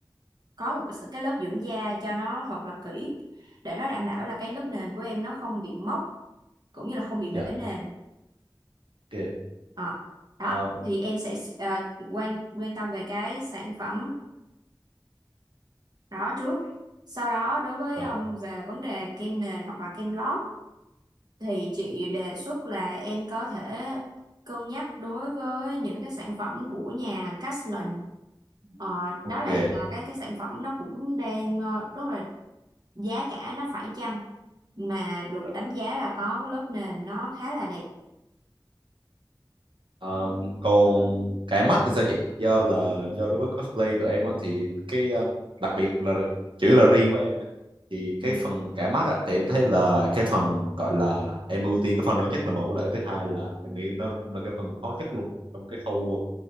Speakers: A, on the right; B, on the right.
A: có một cái, cái lớp dưỡng da cho nó thật là kỹ để nó đảm bảo là cái lớp nền của em nó không bị mốc cũng như là không bị bể
B: dạ
A: nền
B: ok
A: Ờ, đó
B: Ờ,
A: thì em sẽ s- ờ, quan quan tâm về cái sản phẩm đó trước sau đó đối với
B: rồi
A: um, về vấn đề kem nền hoặc là kem lót thì chị đề xuất là em có thể cân nhắc đối với những cái sản phẩm của nhà Caslin Ờ,
B: ok
A: đó là, là cái cái sản phẩm nó cũng đang ờ, rất là giá cả nó phải chăng mà được
B: dạ rồi
A: đánh giá là có cái lớp nền nó khá là đẹp
B: Um, còn cái mắt thì sao chị? Do là do đối với cosplay tụi em á, thì cái um, đặc biệt là chữ là riêng với em nha. thì cái
A: ừ.
B: phần cả mắt á, thì em thấy là cái phần gọi là em ưu tiên cái phần đó nhất là mẫu lại thứ hai là em nghĩ nó cũng là cái phần khó nhất luôn trong cái khâu